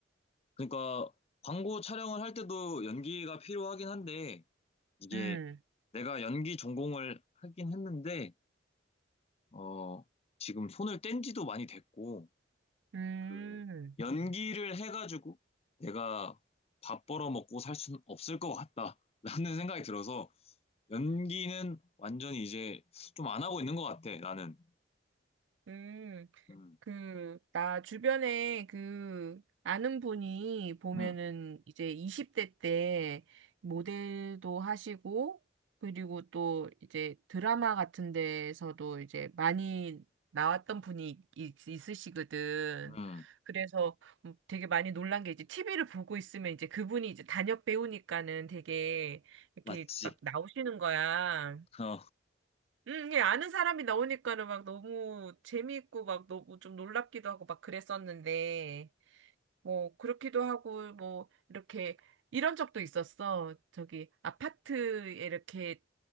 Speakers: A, on the left (about 35°); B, on the right (about 85°).
A: 그러니까 광고 촬영을 할 때도 연기가 필요하긴 한데, 이게
B: 음,
A: 내가 연기 전공을 하긴 했는데, 어, 지금 손을 뗀 지도 많이 됐고,
B: 음,
A: 그 연기를 해가지고 내가 밥 벌어 먹고 살 수는 없을 것 같다라는 <laughs> 생각이 들어서 연기는 완전히 이제 좀 안 하고 있는 것 같아 나는.
B: 음.
A: 음,
B: 그, 나 주변에 그, 아는 분이 보면은
A: 음,
B: 이제 20대 때 모델도 하시고, 그리고 또 이제 드라마 같은 데서도 이제 많이 나왔던 분이 있, 있으시거든.
A: 음,
B: 그래서 음, 되게 많이 놀란 게 이제 TV를 보고 있으면 이제 그분이 이제 단역 배우니까는 되게 이렇게
A: 맞지.
B: 막 나오시는 거야.
A: 어,
B: 음, 이게 아는 사람이 나오니까는 막 너무 재미있고 막 너무 좀 놀랍기도 하고 막 그랬었는데, 뭐, 그렇기도 하고, 뭐, 이렇게, 이런 적도 있었어. 저기, 아파트에 이렇게